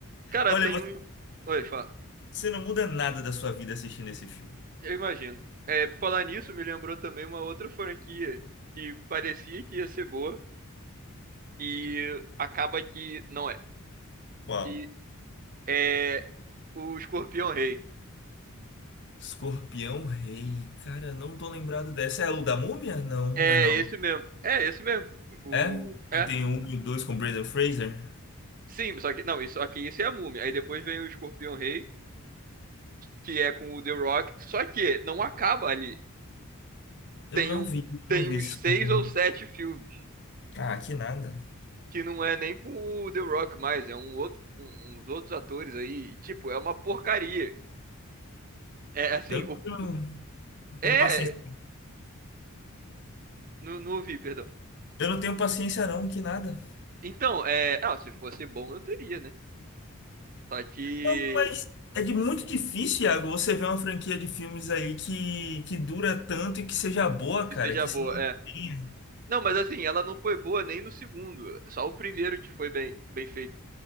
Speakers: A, on the right; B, on the left.
A: Cara,
B: Olha,
A: tem um. Oi, fala.
B: Você não muda nada da sua vida assistindo esse filme.
A: Eu imagino. É, por falar nisso, me lembrou também uma outra franquia que parecia que ia ser boa e acaba que não é.
B: Qual?
A: Que é o Escorpião Rei.
B: Escorpião Rei. Cara, não tô lembrado dessa. É o da Múmia? Não,
A: É
B: não é não.
A: esse mesmo. É esse mesmo. O...
B: É? Que
A: É.
B: tem um e o dois com Brendan Fraser?
A: Sim, só que. Não, isso, só que isso é a múmia. Aí depois vem o Escorpião Rei, que é com o The Rock. Só que não acaba ali.
B: Eu
A: Tem,
B: não
A: um,
B: vi, eu
A: tem
B: não vi
A: uns
B: esse Escorpião
A: seis ou
B: Rei.
A: sete filmes.
B: Ah, que nada.
A: Que não é nem com o The Rock mais, é um outro, um- uns outros atores aí. E, tipo, é uma porcaria. É assim,
B: Eu não
A: o,
B: tenho,
A: é.
B: tenho paciência.
A: Não, não ouvi, perdão.
B: Eu não tenho paciência não, que nada.
A: Então, é. Ah, se fosse bom, eu teria, né? Só que.
B: Não, mas é de muito difícil, Iago, você ver uma franquia de filmes aí que, que dura tanto e que seja boa,
A: Que
B: cara,
A: seja
B: que
A: boa,
B: se mantenha.
A: é. Não, mas assim, ela não foi boa nem no segundo. Só o primeiro que foi bem, bem feito.